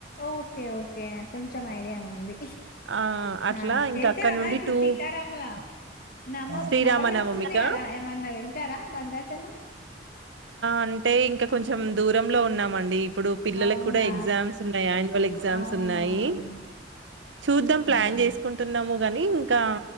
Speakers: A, on the left (about 50°); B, on the right (about 80°).
A: ఓకే ఓకే కొంచెం ఐడియా ఉంది.
B: ఆ అట్లా
A: ఆహా
B: ఇంకా
A: వెళ్తార
B: అక్కడ నుండి
A: మరి ఇప్పుడు
B: టూ
A: సీతారాములా నమో
B: శ్రీరామనవమిక
A: నవమి వస్తుంది కదా ఏమన్నా వెళ్తారా భద్రాచలం.
B: అంటే ఇంకా కొంచెం దూరంలో ఉన్నామండి. ఇప్పుడు పిల్లలకు
A: అవునా
B: కూడా ఎగ్జామ్స్ ఉన్నాయి యాన్యువల్ ఎగ్జామ్స్
A: అవునవును
B: ఉన్నాయి. చూద్దాం ప్లాన్
A: ఉమ్.
B: చేసుకుంటున్నాము గాని ఇంకా